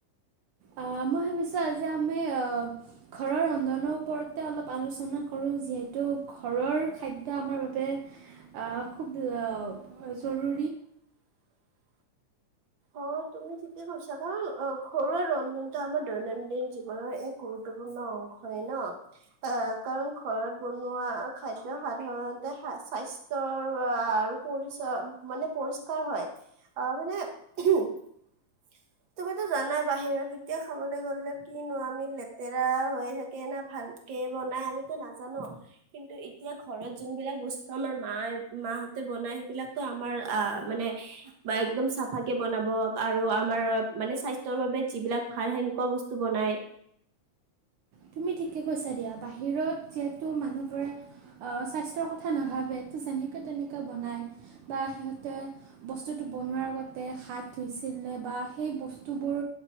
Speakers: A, on the right; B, on the right.
A: অ', মই ভাবিছো আজি আমি অ', ঘৰৰ ৰন্ধনৰ ওপৰতে অলপ আলোচনা কৰোঁ। যিহেতু ঘৰৰ খাদ্য আমাৰ বাবে অ', খুব অ', জৰু
B: <inaudible> অ'। তুমি ঠিকে কৈছা কাৰণ অ', ঘৰুৱা ৰন্ধনটো আমাৰ দৈনন্দিন জীৱনৰ এক গুৰুত্বপূৰ্ণ অং শই হয় ন অ', কাৰণ ঘৰত বনোৱা খাদ্য সাধাৰণতে স্বাস্ তৰৱা আৰু পৰিচ মানে পৰিষ্কাৰ হয় অহ, মানে <inaudible> তুমিতো জানাই বাহিৰত এতিয়া খাবলৈ গ'লে কিনো আমি লেতেৰা হৈ থাকে না ভাল কে বনাই আমিতো নাজানো কিন্তু এতিয়া ঘৰত যোনবিলাক বস্তু আমাৰ মাই মাহ তে বনাই সেইবিলাকটো আমাৰ অহ, মানে একদম চাফাকে বনাব আৰু আমাৰ মানে স্বাস্থ্যৰ বাবে যিবিলাক ভাল সেনেকুৱা বস্তু বনাই।
A: তুমি ঠিকে কৈছা দিয়া, বাহিৰত যিহেতু মানুহবোৰে অ', স্বাস্থ্যৰ কথা নাভাবে। তে যেনেকে তেনেকে বনাই বা সিহঁতে বস্তুটো বনোৱাৰ আগতে হাত ধুইছি ইলে বা সেই বস্তু বোৰ